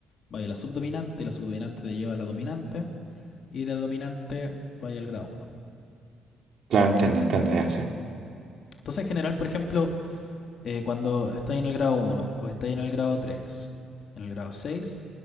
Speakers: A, on the left; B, on the right.
A: vaya la subdominante, la subdominante te lleva a la dominante y la dominante vaya al grado uno.
B: Claro, entiendo, entiendo, ya sé.
A: Entonces, en general, por ejemplo, eh, cuando estás en el grado uno o estás en el grado 3, en el grado 6